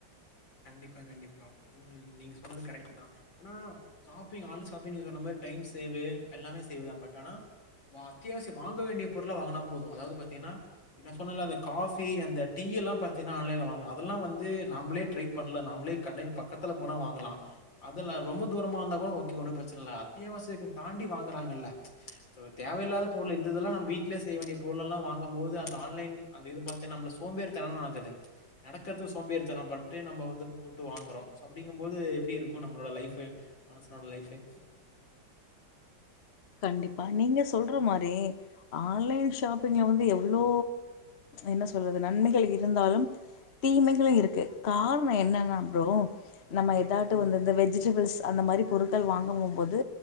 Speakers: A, on the left; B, on the left.
A: கண்டிப்பா கண்டிப்பா நீங்க சொன்னது கரெக்ட் தா ஆனா ஷாப்பிங் ஆன்லைன் ஷாப்பிங் சொன்ன மாதுரி டைம் சே எல்லாமே சேவ் தான் பட் ஆனா அத்தியாவசியம் வாங்க வேண்டிய பொருள்ளை வாங்கினா போது அதாவ்து பாத்தீங்கன்னா சொன்னல அந்த காபி அந்த டீ எல்லாம் பாத்தீங்கன்னா ஆன்லைன் வாங்க அதெல்லா வந்து நம்பமளே ட்ரை பண்ள நமலே கடைல் பக்கத்துல போனா வாங்லா அத்தலா ரொம்துரமாந்த இருந்த பிரச்சனை இல்ல அத்தியசியாண்டி வாங்கறாங்களா தேவையில்லாத பொருள் இந்தது நம்ப வீட்ல செய் வேண்டிய பொருலாம் வாங்கும்போது அது ஆன்லைன் அந்த இது பத்திக சோபாரிதம் ஆகுது நடக்கருதுக்கு சோபாரி பைட் நம்ம வந்து போட்டு வாங்குறோ அப்டிங்கும்போது எப்டி இருக்கு நம்பளோட லைஃப மனசனோட லைஃபே
B: கண்டிப்பா நீங்க சொல்ற மாரி ஆன்லைன் ஷாப்பிங்ல வந்து எவ்ளோ என்ன சொல்றது நன்மைகள் இருந்தாலு தீமைகளும் இருக்கு கார்ணோ என்னன்னா ப்ரோ நம்ம எதாட்டு
A: ம்.
B: வந்து இந்த வெஜிடபிள்ஸ் அந்த மாதிரி பொருட்கள் வாங்கமம் போது